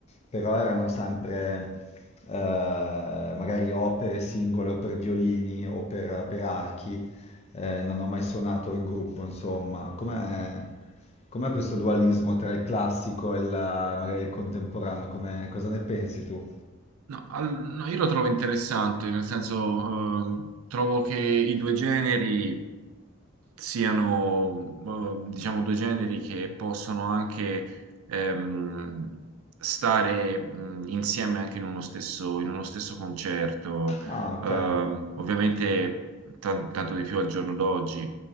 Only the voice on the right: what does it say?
no, al- no, io lo trovo interessante, nel senso ehm, trovo che i due generi siano, eh, diciamo, due generi che possono anche ehm, stare mh, insieme anche in uno stesso, in uno stesso concerto,
Ehm, ovviamente tan- tanto di più al giorno d'oggi.